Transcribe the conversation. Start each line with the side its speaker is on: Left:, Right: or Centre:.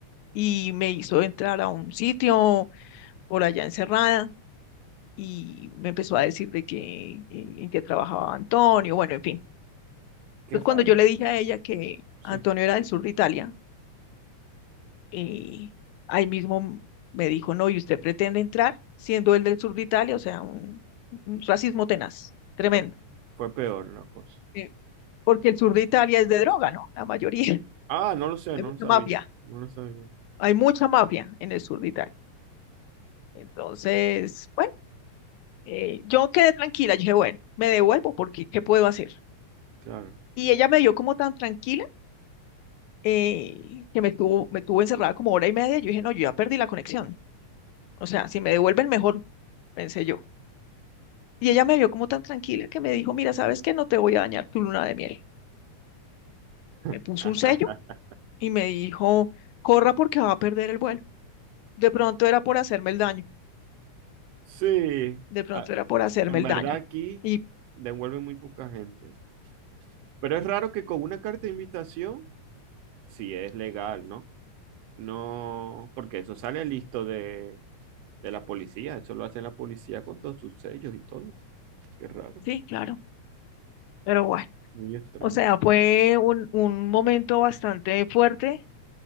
Left: Y me hizo entrar a un sitio por allá encerrada y me empezó a decir de que eh, en qué trabajaba Antonio, bueno, en fin.
Right: Qué
Left: Entonces
Right: raro.
Left: cuando yo le dije a ella que
Right: Sí.
Left: Antonio era del sur de Italia, eh, ahí mismo me dijo, no, ¿y usted pretende entrar siendo él del sur de Italia? O sea, un, un racismo tenaz, tremendo.
Right: Fue, fue peor la cosa.
Left: Eh, Porque el sur de Italia es de droga, ¿no? La mayoría,
Right: Ah, no lo
Left: <laughs>
Right: sé,
Left: hay
Right: no
Left: mucha
Right: lo sabía.
Left: mafia.
Right: No lo sabía.
Left: hay mucha mafia en el sur de Italia. Entonces, bueno, eh, yo quedé tranquila, Yo dije, bueno, me devuelvo porque ¿qué puedo hacer?
Right: Claro.
Left: Y ella me vio como tan tranquila eh, que me tuvo, me tuvo encerrada como hora y media. Yo dije, no, yo ya perdí la conexión. O sea, si me devuelven mejor, pensé yo. Y ella me vio como tan tranquila que me dijo, mira, ¿sabes qué? No te voy a dañar tu luna de miel. Me
Right: <laughs>
Left: puso un sello y me dijo, corra porque va a perder el vuelo. De pronto era por hacerme el daño,
Right: Sí,
Left: de pronto
Right: a-
Left: era por hacerme
Right: en
Left: el
Right: verdad
Left: daño.
Right: aquí
Left: Y
Right: devuelven muy poca gente. Pero es raro que con una carta de invitación, sí es legal, ¿no? No, porque eso sale listo de, de la policía, eso lo hace la policía con todos sus sellos y todo. Qué raro,
Left: sí, claro, pero bueno,
Right: muy extraño.
Left: O sea, fue un, un momento bastante fuerte